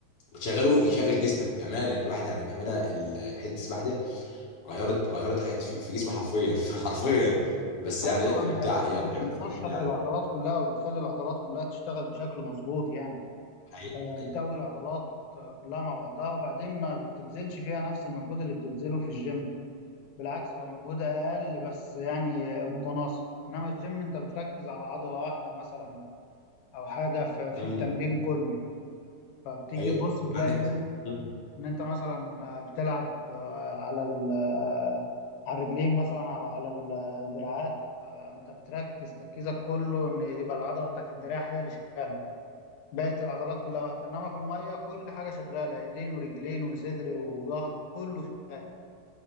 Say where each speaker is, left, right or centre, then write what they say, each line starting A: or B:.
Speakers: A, on the left; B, on the left.
A: بتشغله يشغل جسمك بامانه الواحد يعني بامانه ال- حته السباحه دي غيرت غيرت حاجات في, في جسمي حرفيا <laughs> حرفيا بس
B: ايوه
A: يعني
B: طبعا
A: إيه، ممتعه
B: هي بت-
A: هي متعبه بس
B: بتنشط
A: هي ممتعه
B: العضلات كلها وبتخلي العضلات كلها تشتغل بشكل مظبوط يعني
A: حقيقي
B: آه،
A: حقيقي
B: بتقوي العضلات آه، كلها مع بعضها وبعدين ما بتبذلش فيها نفس المجهود اللي بتبذله في الجيم بالعكس هو مجهود اقل بس يعني آه، متناسق انما الجيم انت بتركز على عضلة واحدة مثلا او حاجة في في
A: امم
B: التمرين كله فبتيجي
A: حقيقي
B: تبص تلاقي
A: عندك
B: ان
A: مثلا مم.
B: ان انت مثلا بتلعب آه، على ال- آه، على الرجلين مثلا او على الدراعات فانت بتركز تركيزك كله ان تبقى العضله بتاعت الدراع هي اللي شغاله بقيه العضلات كلها واقفه انما في الميه كل حاجه شغاله ايدين ورجلين وصدر وظهر وكله شغال